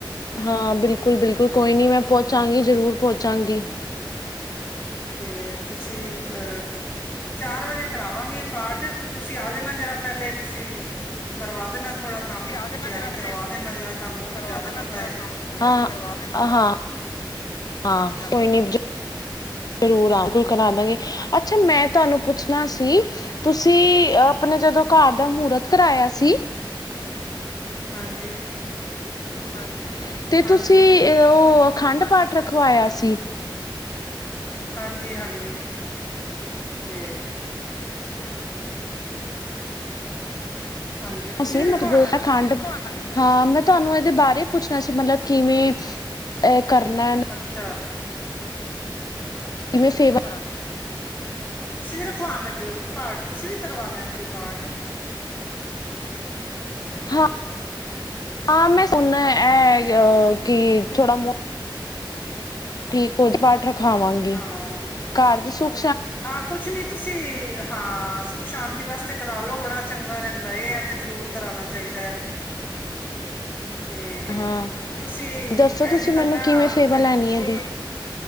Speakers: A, on the left (about 50°); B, on the left (about 25°).
A: ਹਾਂ ਬਿਲ ਬਿਲਕੁਲ- ਬਿਲਕੁਲ
B: ਤੇ
A: ਕੋਈ ਨੀ ਮੈਂ ਪਹੁੰਚ ਪਹੁੰਚਾਂਗੀ ਜ਼ਰੂਰ ਪਹੁੰਚਾਂਗੀ
B: ਤੇ ਤੁਸੀਂ, ਅਹ ਚਾਰ ਵਜੇ ਕਰਾਵਾਂਗੇ ਪਾਠ, ਤੇ ਤੁਸੀਂ ਆ ਜਾਣਾ ਜਰਾ ਪਹਿਲੇ, ਤੁਸੀਂ ਕਰਵਾ ਦੇਣਾ ਥੋੜਾ ਕੰਮ
A: ਤੁਸੀਂ ਆ ਜਾਣਾ,
B: ਤਿਆਰੀ
A: ਤੁਸੀਂ
B: ਕਰਵਾ ਦੇਣਾ ਜਰਾ ਤੁਹਾਨੂੰ
A: ਕਰਵਾ
B: ਜ਼ਿਆਦਾ
A: ਦੇਣਾ
B: ਪਤਾ
A: ਥੋੜਾ
B: ਹੈ
A: ਕੰਮ ਕਰਵਾ ਹਾਂ ਕੋਈ ਨੀ ਜ਼ਰੂਰ ਹਾਂ ਬਿਲਕੁਲ ਆਵਾਂਗੇ ਕਰਾ ਦਾਂਗੀ, ਅੱਛਾ ਮੈਂ ਤੁਹਾਨੂੰ ਪੁੱਛਣਾ ਸੀ ਤੁਸੀਂ ਆਪਣੇ ਜਦੋਂ ਘਰ ਦਾ ਮਹੂਰਤ ਕਰਾਇਆ ਸੀ
B: ਹਾਂਜੀ
A: ਹਾਂਜੀ ਤੇ
B: ਹਾਂਜੀ
A: ਤੁਸੀਂ ਅਹ ਉਹ ਖੰਡ ਪਾਠ ਰਖਵਾਇਆ ਸੀ?
B: ਹਾਂਜੀ ਹਾਂਜੀ, ਤੇ ਹਾਂਜੀ ਤੁਸੀਂ
A: ਅਸੀਂ
B: ਵੀ ਰਖਵਾਣਾ
A: ਮਤਲਬ ਅਖੰਡ ਹਾਂ, ਮੈਂ ਤੁਹਾਨੂੰ ਇਹਦੇ ਬਾਰੇ ਪੁੱਛਣਾ ਸੀ, ਮਤਲਬ ਕਿਵੇਂ ਅ ਕਰਨਾ ਐ ਨਾ
B: ਅੱਛਾ
A: ਇਹਵੇਂ ਸੇਵਾ
B: ਤੁਸੀਂ ਵੀ ਰਖਵਾਉਣ ਲੱਗੇ ਹੋ ਕਿ ਪਾਠ, ਤੁਸੀਂ ਵੀ ਕਰਵਾਨਾ ਏ, ਕੀ ਪਾਠ
A: ਹਾਂ, ਹਾਂ ਮੈਂ ਸੁਣਨਾ ਇਹ ਅ ਕਿ ਥੋੜ੍ਹਾ ਮਤ ਠੀਕ, ਕੁਝ ਪਾਠ ਰੱਖ ਖਾਵਾਂਗੀ,
B: ਹਾਂ
A: ਘਰ ਦੀ ਸੂਪ
B: ਹਾਂ ਕੁਛ ਨੀ ਤੁਸੀਂ ਹਾਂ ਸੁੱਖ ਸ਼ਾਂਤੀ ਵਾਸਤੇ, ਕਰਾ ਲਓ ਬੜਾ ਚੰਗਾ ਰਹਿੰਦਾ ਦੇ ਇਹ ਤੇ ਜ਼ਰੂਰ ਕਰਾਣਾ ਚਾਹੀਦਾ ਹੈ ਤੇ
A: ਹਾਂ
B: ਤੁਸੀਂ
A: ਦੱਸੋ
B: ਇੰਝ
A: ਤੁਸੀਂ
B: ਕਰਨਾ
A: ਮੈਨੂੰ ਕਿਵੇਂ ਸੇਵਾ
B: ਉੱਥੇ
A: ਲੈਣੀ
B: ਗੁਰਦ,
A: ਹੈ ਇਹਦੀ